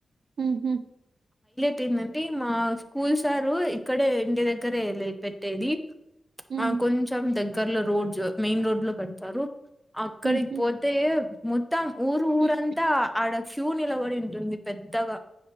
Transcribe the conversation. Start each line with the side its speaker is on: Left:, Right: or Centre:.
Right: హమ్ హమ్
Centre: టెందంటే మా స్కూల్ సారు ఇక్కడే ఇంటి దగ్గరేలే పెట్టేది
Right: హ్మ్.
Centre: ఆ కొంచెం దగ్ గర్ లో రోజ్ మెయిన్ రోడ్ లో పెడతారు అక్కడికి
Right: హుహు.
Centre: పోతే మొత్తం ఊరు ఊరంతా
Right: హ్మ్.
Centre: ఆడ ఫ్యూ నిలబడి ఉంటుంది పెద్దగా